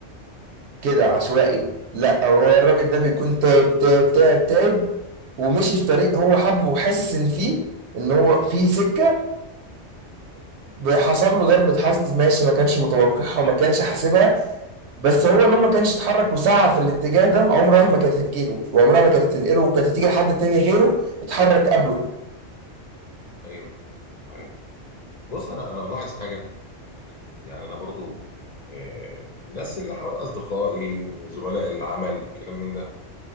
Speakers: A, on the right; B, on the left.
A: كده عشوائي لا هو الراجل ده بيكون تايب تايب تايب تايب ومشي في طريق هو حبه وحاسس ان فيه ان هو فيه سكه وحصل له ضربه حظ ماشي ما كانش متوقعها وما كانش حاسبها بس هو لو ما كانش اتحرك وسعى في الاتجاه ده عمرها ما كانت هتجيله وعمرها ما كانت هتنقله وكانت هتيجي لحد تاني غيره اتحرك قبله
B: ايوه ايوه بص انا انا ملاحظ حاجه يعني انا برضو آه، الناس اللي حوالي اصدقائي زملاء العمل الكلام من ده